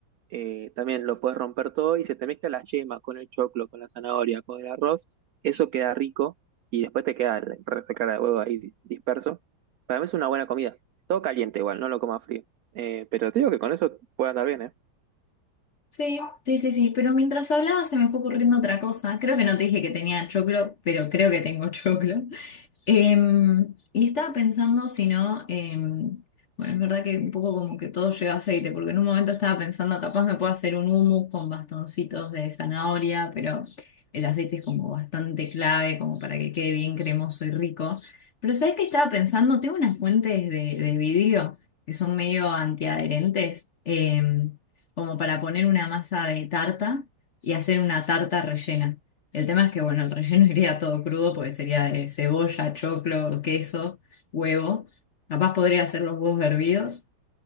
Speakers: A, on the right (about 80°); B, on the left (about 60°).
A: eh, también lo puedes romper todo y se te mezcla la yema con el choclo, con la zanahoria, con el arroz. Eso queda rico y después te queda el resto de clara de huevo ahí di- disperso. Para mí es una buena comida. Todo caliente igual, no lo coma frío. Eh, pero te digo que con eso puede andar bien, ¿eh?
B: Sí, sí, sí, sí, pero mientras hablaba se me fue ocurriendo otra cosa. Creo que no te dije que tenía choclo, pero creo que tengo <laughs> choclo. Em, y estaba pensando si no, em, bueno, es verdad que un poco como que todo lleva aceite, porque en un momento estaba pensando, capaz me puedo hacer un hummus con bastoncitos de zanahoria, pero el aceite es como bastante clave, como para que quede bien cremoso y rico. Pero ¿sabes qué estaba pensando? Tengo unas fuentes de, de vidrio que son medio antiadherentes, em, como para poner una masa de tarta y hacer una tarta rellena. El tema es que, bueno, el relleno iría todo crudo porque sería de cebolla, choclo, queso, huevo. Capaz podría hacer los huevos hervidos